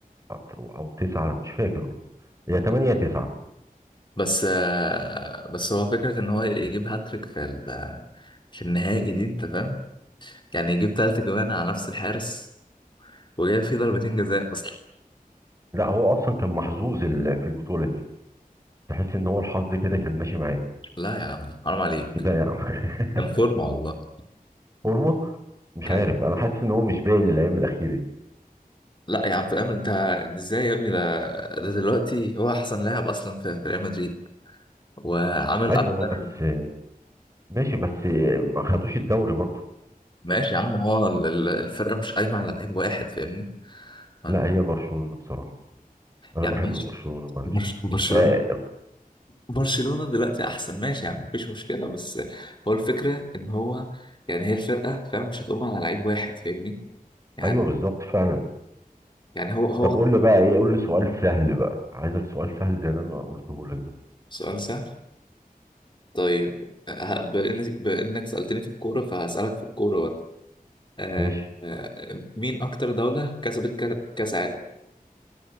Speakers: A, on the right; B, on the left.
A: او أو تسعه مش فاكر والله هي تمانية يا تسعه
B: بس آه بس هو فكرة ان هو يجيب هاتريك في ال- في النهائي دي انت فاهم يعني يجيب تلات جوان على نفس الحارس وجاب فيه ضربتين جزاء اصلا
A: لا هو اصلا كان محظوظ ال- في البطوله دي تحس ان هو الحظ كده كان ماشي معاه
B: لا يا عم حرام عليك
A: ايه ده يا عم
B: كان فورمة
A: <laughs>
B: والله
A: فورمه مش
B: كان
A: عارف انا حاسس ان هو مش باين الايام الاخيره دي
B: لا يا عم فاهم انت ازاي يا ابني ده ده دلوقتي هو احسن لاعب اصلا في في ريال مدريد وعامل
A: ايوه
B: اكتر
A: بس ماشي بس ما خدوش الدوري برضو
B: ماشي يا عم هو ال- ال- الفرقة مش قايمة على لعيب واحد فاهمني يعني
A: لا هي برشلونة بصراحة انا
B: يا
A: بحب
B: عم ماشي
A: برشلونة معلش
B: برش- برشلونة
A: آه
B: برشلونة دلوقتي أحسن ماشي يا عم مفيش مشكلة بس هو الفكرة إن هو يعني هي الفرقة فاهم مش هتقوم على لعيب واحد فاهمني يعني
A: ايوه بالظبط فعلا
B: يعني هو هو
A: طب قول لي بقى ايه قول لي سؤال سهل بقى عايزك سؤال سهل زي اللي انا قلته لك ده
B: سؤال سهل طيب ه- بإن- بإنك سألتني في الكورة فهسألك في الكورة برضه آه،
A: ماشي
B: آه، مين أكتر دولة كسبت كا- كأس عالم؟